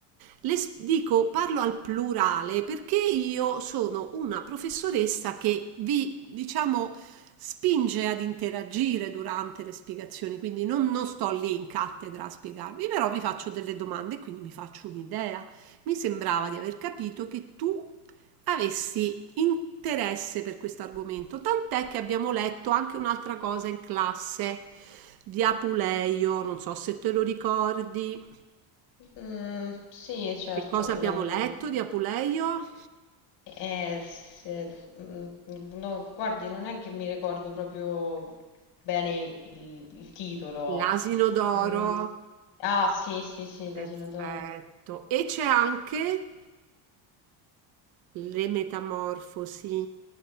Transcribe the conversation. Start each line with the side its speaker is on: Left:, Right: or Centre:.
Right: le s- dico, parlo al plurale perché io sono una professoressa che vi, diciamo, spinge ad interagire durante le spiegazioni, quindi non, non sto lì in cattedra a spiegarvi, però vi faccio delle domande e quindi mi faccio un'idea. Mi sembrava di aver capito che tu avessi interesse per questo argomento, tant'è che abbiamo letto anche un'altra cosa in classe di Apuleio, non so se te lo ricordi.
Left: Mm, sì, certo,
Right: Che cosa
Left: pure
Right: abbiamo
Left: io.
Right: letto di Apuleio?
Left: Eh, se- mm, no, guardi, non è che mi ricordo proprio bene il, il titolo.
Right: L'asino d'oro,
Left: Mm, ah, sì, sì, sì, l'asino
Right: perfetto.
Left: d'oro.
Right: E c'è anche le metamorfosi.